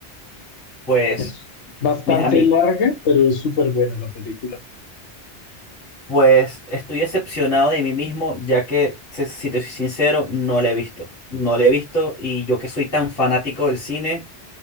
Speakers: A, on the left; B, on the left.
A: pues,
B: Es bastante
A: mis amigos.
B: larga, pero es súper buena la película.
A: Pues estoy decepcionado de mí mismo, ya que, se- si te soy sincero, no la he visto. No la he visto y yo que soy tan fanático del cine,